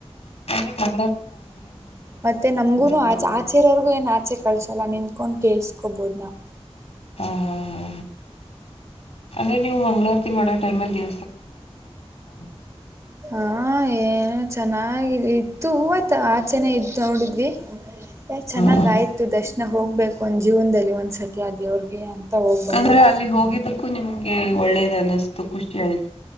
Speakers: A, on the left; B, on the right.
A: ಹಾ ಅಂದ್ರೆ ಮಂಗಳಾರತಿ
B: ಮತ್ತೆ
A: ಮಾಡೋ
B: ನಮ್ಗುನು
A: ಟೈಮಲ್ಲಿ ನೀವು ಒಳಗಡೆ ದೇವಸ್ಥಾನದ
B: ಆಚೆ
A: ಒಳಗಡೆ
B: ಆಚೆರೋರ್ಗು ಏನ್ ಆಚೆ ಕಳ್ಸಲ್ಲ ನಿಂತ್ಕೊಂಡ್ ಕೇಸ್ಕೊಬೋದ ನ
A: ಹಾ ಹಾ ಹಾ ಹ ಅಂದ್ರೆ ನೀವು ಮಂ್ಗಳವಾರತಿ ಮಾಡೋ ಟೈಮ ಅಲ್ಲಿ ದೇವಸ್ಥಾನ ಹಾ
B: ಹಾ ಏ ಚೆನ್ನಾಗ ಇತ್ತುೂ ಆಯ್ತ ಆಚೆನೆ ಇದ್ದ ನೋಡಿದ್ವಿ ಚೆನ್ನಾಗ
A: ಹ
B: ಆಯ್ತು ದರ್ಶನ ಹೋಗ್ಬೇಕು ಒಂದ್ ಜೀವನದಲ್ಲಿ ಒಂದ್ಸತಿ ಅ ದೇವ್ರಗೆ ಅಂತ ಹೋಗಿ ಬಂದ್ವಿ
A: ಅಂದ್ರೆ ಅಲ್ಲಿ ಹೋಗಿದ್ದಕ್ಕೂ ನಿಮ್ಗೆ ಒಳ್ಳೇದ ಅನ್ನಿಸ್ತು ಖುಷಿ ಆಯ್ತು